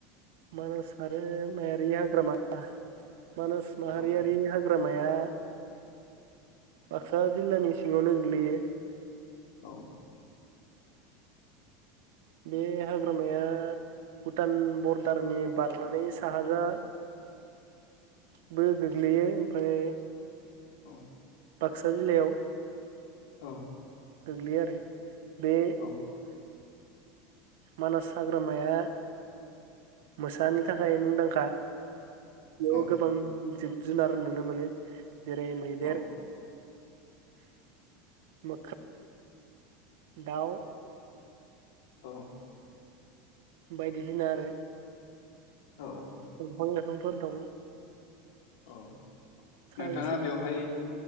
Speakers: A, on the right; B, on the left.
A: मानास माहारिमायारि हाग्रामा मानास माहारियारि
B: औ
A: हाग्रामाया बाक्सा जिल्लानि सिङावनो गोग्लैयो
B: औ
A: बे हाग्रामाया भुटान बरदारनि बारनानै साहाजा बो गोग्लैयो ओमफाय
B: औ
A: बाक्सा जिल्लायाव
B: औ
A: गोग्लैयो आरो बे
B: औ
A: मानास हाग्रामाया मोसानि थाखाय मुंदांखा बेयाव
B: औ
A: गोबां जिब जुनार नुनो मोनो जेरै मैदेर
B: औ
A: मोख्रा दाउ
B: औ
A: बायदिसिना आरो
B: औ
A: दंफां लाइफांफोर दं
B: औ
A: साल
B: नोंथाङा
A: सिगुन
B: बेवहाय